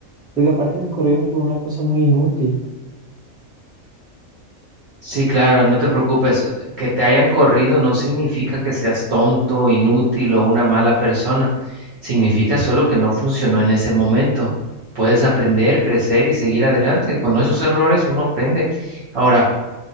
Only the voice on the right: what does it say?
Sí, claro, no te preocupes, que te hayan corrido no significa que seas tonto, inútil o una mala persona, significa solo que no funcionó en ese momento. Puedes aprender, crecer y seguir adelante. Con esos errores uno aprende. Ahora,